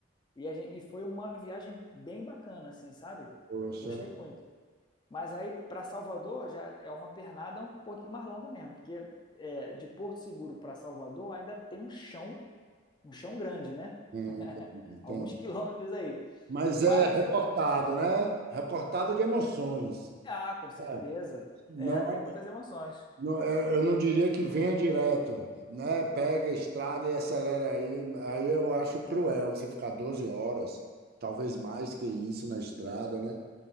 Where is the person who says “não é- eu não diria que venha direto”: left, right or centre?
Right